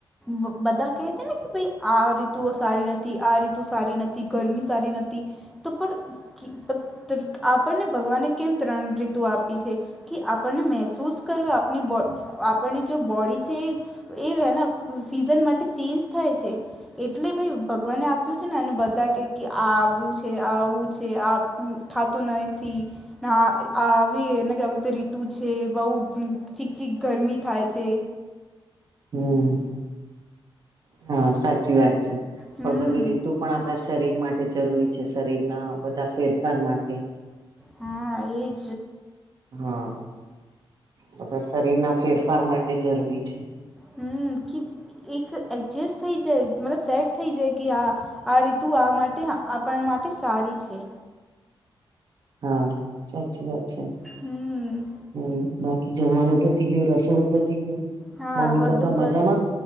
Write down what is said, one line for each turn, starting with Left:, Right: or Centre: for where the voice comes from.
Centre: બ બધા કહે છે ને કે ભાઈ આ રીતુ સારી નથી આ રીતુ સારી નથી ગરમી સારી નથી. તો પણ આપણને ભગવાને કેમ ત્રણ રીતુ આપી છે. કે આપણને મહેસૂસ કરવી આપની બો આપણને જો બોડી છે એ એ હેને સિઝન માટે ચેન્જ થાય છે. એટલે ભાઈ ભગવાને આપ્યું છે ને અને બધા કે આ આવું છે આવું છે આ થતું નથી હા આ આવી હથી આવી એને કે ર. તું છે બહુ ચીક ચીક ગરમી થાય છે.
Right: હમ હા સાચી વાત છે
Centre: હમ
Right: પણ બધી રીતું. પણ આપણા શરીર માટે જરૂરી છે શરીરના બધા ફેરફાર માટે.
Centre: હા એજ.
Right: હા બધા શરીરના ફેરફાર માટે જરૂરી છે.
Centre: હમ કે એક એડજસ્ટ થઈ જાય મતલબ સેટ થઇ જાય કે હા. આ રીતુ આ માટે આપણ માટે સારી છે.
Right: હા સાચી વાત છે.
Centre: હમ્મ.
Right: હ બાકી જમવાનું પથી ગયું રસોડું પથી ગયું
Centre: હા
Right: મમ્મી
Centre: બધું
Right: પપ્પા મજામાં.
Centre: બસ